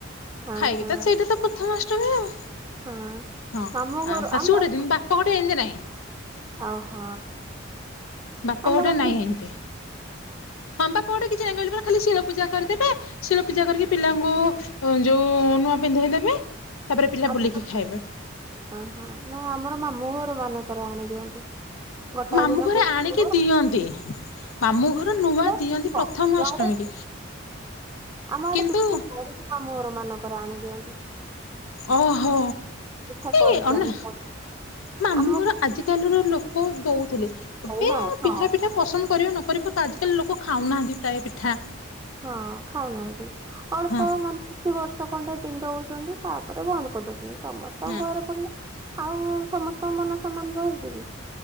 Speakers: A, on the right (about 15°); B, on the left (about 80°).
A: ହଁ
B: ଖାଇକି
A: ହଁ ହଁ
B: ତ ସେଇଟା ତ ପ୍ରଥମାଷ୍ଟମୀ ଆଉ
A: ହଁ।
B: ହଁ
A: ମାମୁଁ ଘର
B: ଆଉ ଶାଶୁ
A: ଆମ
B: ଘଟେ ଯିନ୍ତି ବା ପ ଘଟେ ଏନ୍ତି ନାହିଁ
A: ଓହୋ
B: ବାପ
A: ଅଲଗା
B: ଘଟେ
A: ଥିବ
B: ନାହିଁ ଏମତି। ହଁ ବାପ ଘଟେ କିଛି ନାହିଁ କହିଲି ପା ଖାଲି ଶିଳ ପୂଜା କରିଦେବେ ଶିଳ ପୂଜା କରିକି ପିଲାଙ୍କୁ ଉଁ ଯୋଉ ନୂଆ ପିନ୍ଧେଇ ଦେବେ ତାପରେ ପିଲା
A: ଆମ
B: ବୁଲିକି ଖାଇବେ।
A: ହଁ ହଁ ନାଇଁ ଆମର ମାମୁଁଘରମାନଙ୍କରେ ଆଣିଦିଅନ୍ତି। ଗୋଟାଏ
B: ମାମୁଁ
A: ଦିନ
B: ଘରେ
A: ପୂ <unintelligible>
B: ଆଣିକି ଦିଅନ୍ତି
A: ହଁ
B: ମାମୁଁ ଘର ନୂଆ
A: <unintelligible>
B: ଦିଅନ୍ତି ପ୍ରଥମ ଅଷ୍ଟମୀ
A: ହଁ।
B: କି
A: ଆମ ଆଡେ
B: କିନ୍ତୁ
A: ପିଠା <unintelligible> ମାମୁଁଘରମାନଙ୍କରେ ଆଣି ଦିଅନ୍ତି।
B: ଓହୋ
A: ପିଠା
B: ଏ
A: କରିକି
B: ଅନା
A: ଆଣିକି
B: ମାମୁଁଘର
A: ଆମକୁ
B: ଆଜିକାଲିର ଲୋ କ ଦଉଥିଲେ
A: ଖାଇନାହିଁ
B: ଏବେ ଆଉ
A: ହଁ
B: ପିଠା ଫିଠା ପସନ୍ଦ କରିବେ ନ କରିବ ତ ଆଜିକାଲି ଲୋକ ଖାଉନାହାନ୍ତି ପ୍ରାୟ ପିଠା।
A: ହଁ ଖାଉନାହାନ୍ତି ଅଳ୍ପ
B: ହଁ
A: ମାନ୍ ଦି ବର୍ଷ ଖଣ୍ଡେ ତିନ୍ ଦଉଛନ୍ତି ତାପରେ ବନ୍ଦ କରିଦଉଛନ୍ତି ସମସ୍ତଙ୍କ
B: ହଁ
A: ଘରେ <unintelligible> ଆଉ ସମସ୍ତଙ୍କ ମନ ସମାନ ରହୁଚି କି?